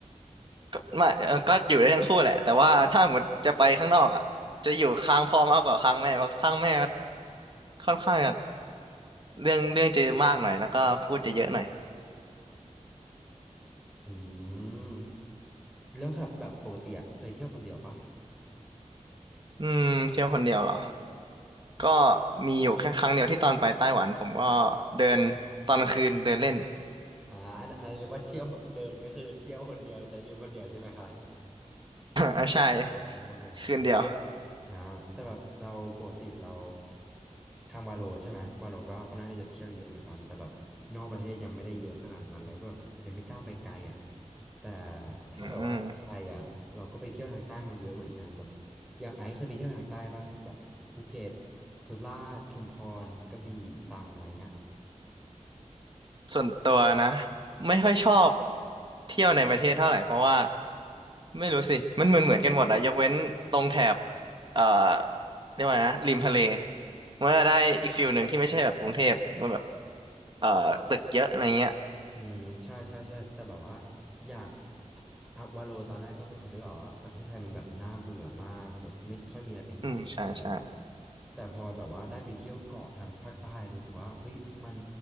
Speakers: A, on the right; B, in the centre.
A: ก็ไม่เอ่อก็อยู่ได้ทั้งคู่แหละแต่ว่าถ้าหมดจะไปข้างนอกอ่ะจะอยู่ข้างพ่อมากกว่าข้างแม่เพราะข้างแม่ค่อนข้างจะเรื่องเรื่องจะมากหน่อยแล้วก็พูดจะเยอะหน่อย
B: อืมแล้วครับแบบปกติอะเคยเที่ยวคนเดียวป่ะ
A: อืมเที่ยวคนเดียวเหรอ ก็มีอยู่แค่ครั้งเดียวที่ตอนไปไต้หวันผมก็เดินตอนกลางคืนเดินเล่น
B: อ่าอันอันเรียกว่าเที่ยวเดินก็คือเที่ยวคนเดียวใช้ชีวิตคนเดียวใช่ไหมคะ
A: อ่าใช่
B: อืมโอเคครับแต่แบบ
A: คืนเดียว
B: นะแต่แบบเราปกติเราทางวาโลใช่ไหมวาโลก็ค่อนข้างที่จะเที่ยวเยอะเหมือนกันแต่แบบนอกประเทศยังไม่ได้เยอะขนาดนั้นแล้วแบบยังไม่กล้าไปไกลอ่ะแต่ถ้าแบบว่าไทยอ่ะเราก็ไปเที่ยวทางใต้มาเยอะเหมือนกันแบบ
A: อืม
B: อย่างไอซ์เคยไปเที่ยวทางใต้ปะแบบภูเก็ตสุราษฎร์ชุมพรกระบี่ตรังอะไรเงี้ย
A: ส่วนตัวนะไม่ค่อยชอบเที่ยวในประเทศเท่าไหร่เพราะว่าไม่รู้สิมันเหมือนเหมือนกันหมดอะยกเว้นตรงแถบเอ่อเรียกว่าไงนะริมทะเลมันจะได้อีกฟิลหนึ่งที่ไม่ใช่แบบกรุงเทพมันแบบเอ่อตึกเยอะอะไรเงี้ย
B: อืมใช่ใช่ใช่แต่แบบว่าอยากอ่ะวาโลตอนแรกก็เป็นคนที่แบบว่าประเทศไทยมันแบบน่าเบื่อมากแบบไม่ค่อยมีอะไรเป็นพิเศษเลยอะไรเงี้ย
A: อืมใช่ใช่
B: แต่พอแบบว่าได้ไปเที่ยวเกาะทางภาคใต้รู้สึกว่าเอ้ยมัน